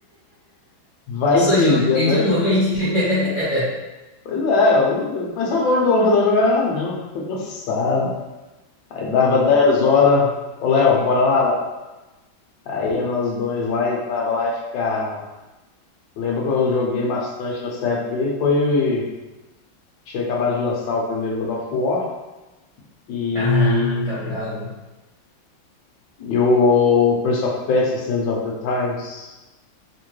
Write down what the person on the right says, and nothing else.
só
joguei
de noite. <laughs>
Caraca, brabo.